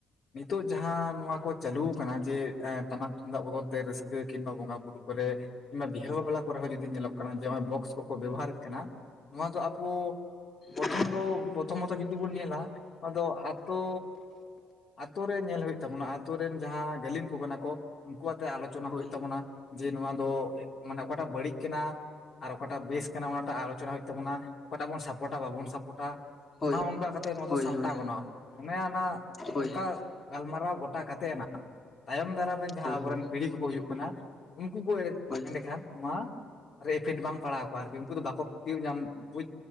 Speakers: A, on the left; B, on the left.
A: ᱱᱤᱛᱚᱜ ᱡᱟᱦᱟᱸ ᱱᱚᱣᱟ ᱠᱚ ᱪᱟᱞᱩ ᱠᱟᱱᱟ ᱡᱮ ᱴᱟᱢᱟᱠ ᱛᱩᱢᱫᱟᱜ ᱵᱚᱫᱚᱞ ᱛᱮ ᱨᱟᱹᱥᱠᱟᱹ ᱠᱤᱝᱵᱟ ᱵᱚᱸᱜᱟ ᱵᱩᱨᱩ ᱠᱚᱨᱮ ᱠᱤᱵᱟ ᱵᱤᱦᱟᱹ ᱵᱟᱞᱟ ᱠᱚᱨᱮ ᱦᱚᱸ ᱡᱩᱫᱤ ᱧᱮᱞᱚᱜ ᱠᱟᱱᱟ ᱡᱮ ᱱᱚ ᱚᱭ ᱵᱚᱠᱥ ᱠᱚᱠᱚ ᱵᱮᱵᱷᱟᱨᱮᱫ ᱠᱟᱱᱟ ᱱᱚᱣᱟ ᱫᱚ ᱟᱵᱚ <unintelligible>
B: ᱦᱮᱸ <inaudible>
A: ᱯᱨᱚᱛᱷᱚᱢ ᱫᱚ ᱯᱨᱚᱛᱷᱚᱢᱚᱛᱚ ᱡᱩᱫᱤ ᱵᱚᱱ ᱧᱮᱞᱟ ᱟᱫᱚ ᱟᱛᱳ ᱟᱛᱳ ᱨᱮ ᱧᱮᱞ ᱦᱩᱭᱩᱜ ᱛᱟᱵᱚᱱᱟ ᱟᱛᱳ ᱨᱮᱱ ᱡᱟᱦᱟᱸ ᱜᱟᱹᱞᱤᱢ ᱠᱚ ᱠᱟᱱᱟ ᱠᱚ ᱩᱱᱠᱩ ᱟᱛᱮᱜ ᱟᱞᱳᱪᱚᱱᱟ ᱦᱩᱭᱩᱜ
B: ᱦᱳᱭ
A: ᱛᱟᱵᱚᱱᱟ ᱡᱮ ᱱᱚᱣᱟ ᱫᱚ ᱢᱟᱱᱮ ᱚᱠᱟᱴᱟᱜ ᱵᱟᱹᱲᱤᱡ ᱠᱟᱱᱟ ᱟᱨ ᱚᱠᱟᱴᱟᱜ ᱵᱮᱥ ᱠᱟᱱᱟ ᱚᱱᱟᱴᱟᱜ ᱟᱞᱳᱪᱚᱱᱟ ᱦᱩᱭᱩᱜ ᱛᱟᱵᱚᱱᱟ ᱚᱠᱟᱴᱟᱜ ᱵᱚᱱ ᱥᱟᱯᱳᱴᱟ ᱵᱟᱵᱚᱱ ᱥᱟᱯᱴᱟ
B: ᱦᱳᱭ
A: ᱚᱱᱠᱟ ᱠᱟᱛᱮᱜ ᱱᱚᱣᱟ
B: ᱦᱳᱭ
A: ᱫᱚ ᱥᱟᱢᱴᱟᱣ
B: ᱦᱳᱭ
A: ᱜᱟᱱᱚᱜᱼᱟ ᱚᱱᱮ ᱚᱱᱟ
B: ᱦᱳᱭ
A: ᱚᱱᱠᱟ ᱜᱟᱞᱢᱟᱨᱟᱣ ᱜᱚᱴᱟ ᱠᱟᱛᱮᱫ ᱟᱱ ᱛᱟᱭᱚᱢ ᱫᱟᱨᱟᱢ ᱨᱮᱱ ᱡᱟᱦᱟᱸ
B: ᱦᱳᱭ
A: ᱟᱵᱚᱨᱮᱱ
B: ᱦᱳᱭ
A: ᱯᱤᱲᱦᱤ ᱠᱚᱠᱚ ᱦᱩᱭᱩᱜ ᱠᱟᱱᱟ ᱩᱱᱠᱩ ᱠᱚ
B: ᱦᱳᱭ
A: ᱮᱸᱰᱮᱠᱷᱟᱱ ᱱᱚᱣᱟ ᱤᱯᱷᱮᱠᱴ ᱵᱟᱝ ᱯᱟᱲᱟᱣ ᱠᱚᱣᱟ ᱟᱨᱠᱤ ᱩᱱᱠᱩ ᱫᱚ ᱵᱟᱠᱚ ᱛᱤᱭᱩᱜ ᱧᱟᱢ ᱵᱩᱡ